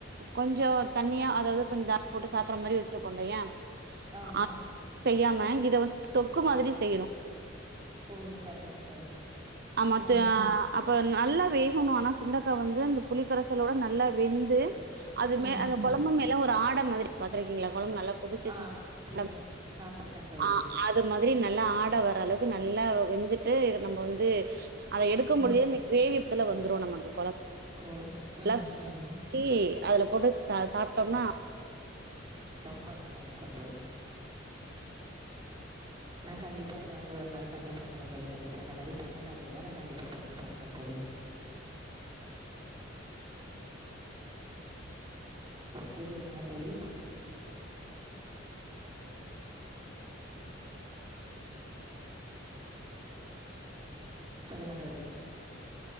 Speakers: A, on the right; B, on the right.
A: கொஞ்சம் தண்ணியா அதாவது கொஞ்சம் தா போட்டு சாப்பிடுற மாதிரி வச்சிருக்கோம்ல்லையா
B: ஆமா
A: அது செய்யாம இத வந்து தொக்கு மாதிரி செய்யணும்
B: ஓ சரிங்க சரிங்க
A: ஆ மத்த
B: ம்
A: அப்ப நல்ல வேகணும் ஆனா சுண்டக்கா வந்து அந்த புலிக்கரச் நல்லா வெந்து அது மேல
B: ம்
A: அந்த குழம்பு மேல ஒரு ஆடை மாதிரி பாத்திருக்கீங்களா குழம்பு நல்லா கொதிச்சிச்சு
B: ஆ தெரியும்
A: ஆட
B: பாத்துருக்கேன் தோழி
A: ஆ அது மாதிரி நல்லா ஆடை வர அளவுக்கு நல்லா வெந்துட்டு நம்ம வந்து அதை எடுக்கும்முடியுன்த
B: ம்
A: கிரேவி இதுல வந்துரு நம்ம அங்கு
B: <unintelligible>
A: நல்லா சாதம்
B: ம்
A: வடிச்சு <unintelligible> அது அத போட் டு சாப்பிட்டோம்னா
B: ரொம்ப நல்லா இருக்கும் தோழி நா கண்டிப்பா இத வந்து ஒரு நாள் பண்ணி பாக்குற தோழி கண்டிப்பா இந்த மாரி பண்ணுனது இல்ல நா கண்டிப்பா பண்ணி பாக்குற தோழி கேக்குதுங்களா தோழி சொல்லுங்க தோழி